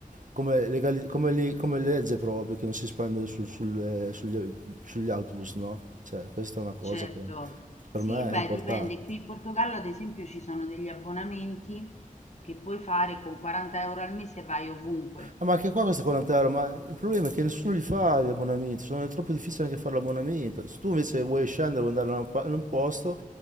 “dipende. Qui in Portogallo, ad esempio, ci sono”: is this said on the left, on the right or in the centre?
Left